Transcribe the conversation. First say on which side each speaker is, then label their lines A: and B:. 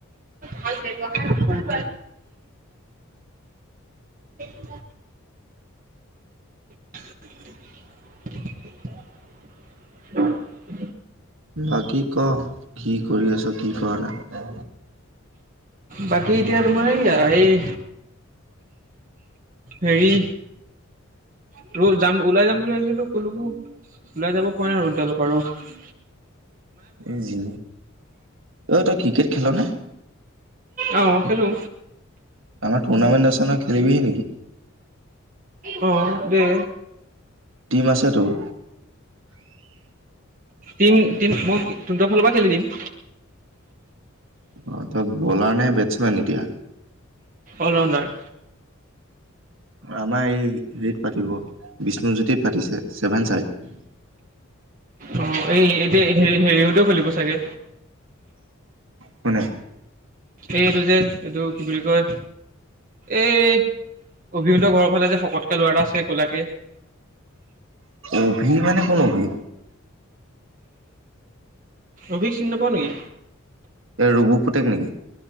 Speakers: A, on the right; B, on the right.
A: ভাল ব্যবহাৰ <unintelligible> <unintelligible>
B: বাকী ক কি কৰি আছ কি কৰা নাই
A: বাকী এতিয়া তোমাৰ এইয়া এই হেৰি টো যাম ওলাই যাম বুলি ভাবিছিলো কলোকো ওলাই যাব পৰা নাই ৰদ দাল পৰা আৰু
B: এ জি অই তই ক্ৰিকেট খেল নে
A: অঁ খেলো
B: আমাৰ টুৰ্ণামেণ্ট আছে নহয় খেলিবিহি নেকি
A: অহ দে
B: টিম আছে তোৰ
A: টিম টিম মই টোটৰ ফালৰ পৰা খেলি দিম
B: অ তই বলাৰ নে বেটছো আনি দিয়া
A: অল ৰাউণ্ডাৰ
B: আমাৰ এই হেৰিত পাতিব, বিষ্ণুজ্যোতিত পাতিছে ছেভেন চাইড
A: অঁ, এই এতিয়া হে হেৰিওটো খুলিব চাগে?
B: কোনে?
A: এইটো যে এইটো কি বুলি কয়? এইট্, অভিহঁতৰ ঘৰৰ ফালে যে শকতকে ল'ৰা এটা আছে কোলাকে।
B: অভি মানে, কোন অভি?
A: অভিক চিনি নাপাৱ নেকি?
B: এই ৰুবু পুতেক নেকি?